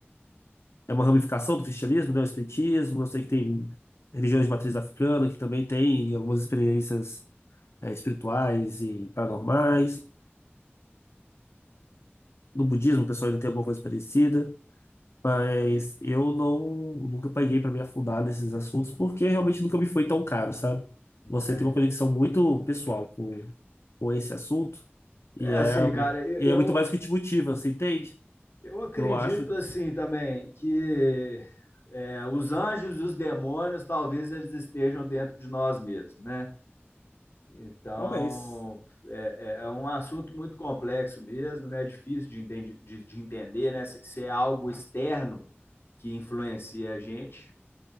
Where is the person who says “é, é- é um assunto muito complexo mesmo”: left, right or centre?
Left